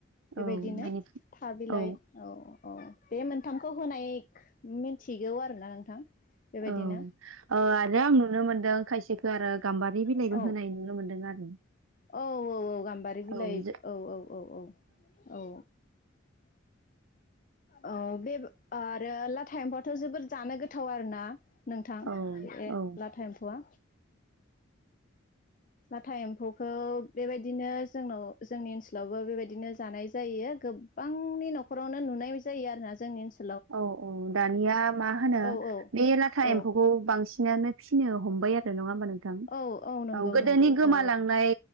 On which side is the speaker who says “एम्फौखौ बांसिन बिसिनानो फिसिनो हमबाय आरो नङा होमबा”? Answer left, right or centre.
Right